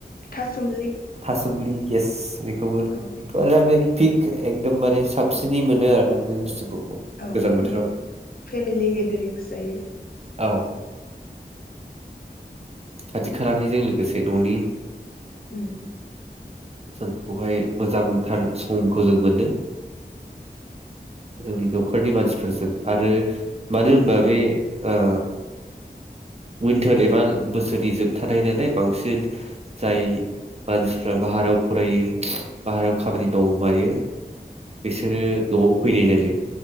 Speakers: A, on the left; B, on the right.
A: थासुमलि
B: थासुमलि एस बेखौबो
A: औ
B: बेथ' आरो दा बे फिक एकदमबारे साबसिनै मोनो आरो ना बे बुस्थुखौ।
A: औ
B: गोजां बोथोराव
A: माने फेमिलि गेदेरिंस जायो।
B: औ खाथि खालानिजों लोगोसे न'नि।
A: उम
B: जों बहाय मोजांथार समखौ जों मोनो जोंनि नखरनि मानसिफोरजों आरो मानो होनबा बे ओ उइन्टार एबा बोसोरनि जोबथानाय नालाय बांसिन जाय मानसिफ्रा बाहारायाव फरायो बाहारायाव खामानि माव मायो बिसोरो नआव फैनाय जायो